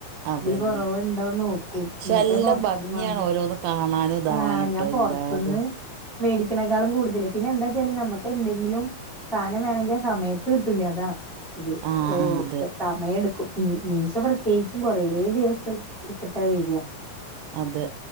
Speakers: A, on the right; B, in the centre.
A: അതന്നെ
B: ഇതില് കൊറവുണ്ടോന്ന് നോക്കൂ
A: പക്ഷെ
B: എന്നിട്ടേ
A: നല്ല
B: പൊറത്ത്ന്ന്
A: ഭംഗിയാണ്
B: വാങ്ങു
A: ഓരോന്ന് കാണാനും ഇതാവാനുംട്ടോ
B: ആഹ് ഞാൻ പൊറ്ത്ത്ന്ന്
A: എല്ലാതും
B: വേടിക്കണേക്കാളും കൂടുതല് പിന്നെ എന്താ വച്ചാല് നമ്മക്ക് എന്തെങ്കിലും സാനം വേണേങ്കി ആ സമയത്ത് കിട്ടൂല അതാ ഇത്
A: ആഹ്
B: ഏഹ്
A: ആഹ് അതെ
B: <unintelligible> മേ എട്ക്കും. മീശ പ്രത്യേയിച്ചും കൊറേ ദിവസട് ഇട്ത്ത്ട്ടാ വര <unintelligible>
A: അത്